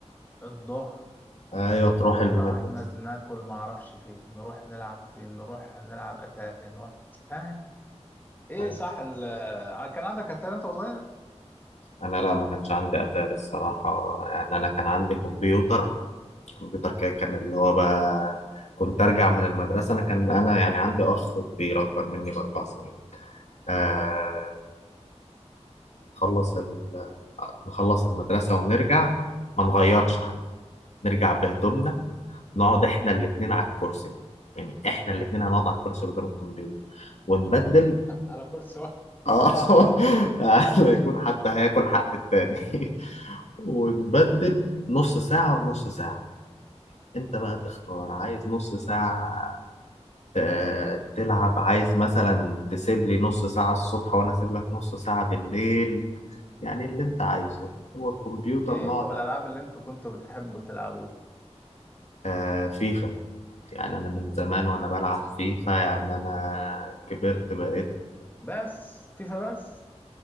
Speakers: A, on the left (about 15°); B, on the left (about 75°).
A: الظهر
B: ايوه تروح
A: اروح
B: المدرسه
A: انا واحمد ناكل معرفش فين نروح نلعب فين نروح نلعب اتاري نروح فاهم ايه
B: أيوة.
A: صح ال... آه، كان عندك اتاري انت وصغير
B: انا لا ما كانش عندي اتاري الصراحه يعني انا كان عندي كمبيوتر الكمبيوتر كده كان اللي هو بقى كنت ارجع من المدرسه انا كان انا يعني عندي اخ كبير اكبر مني باربع سنين آه نخلص ال... نخلص المدرسه ونرجع ما نغيرش حتى نرجع بهدومنا نقعد احنا الاتنين على الكرسي يعني احنا الاتنين هنقعد على الكرسي قدام الكمبيوتر ونبدل
A: على كرسي واحد
B: اه <laughs> لا يكون حد هياكل حق التاني <laughs> ونبدل نص ساعة ونص ساعة انت بقى تختار عايز نص ساعة ت- تلعب عايز مثلا تسيب لي نص ساعة الصبح وانا اسيب لك نص ساعة بالليل يعني اللي انت عايزه هو الكمبيوتر
A: ايه
B: نقعد
A: طب الالعاب اللي انتوا كنتوا بتحبوا تلعبوها
B: آه فيفا يعني انا من زمان وانا بلعب فيفا يعني انا كبرت بقيت
A: بس فيفا بس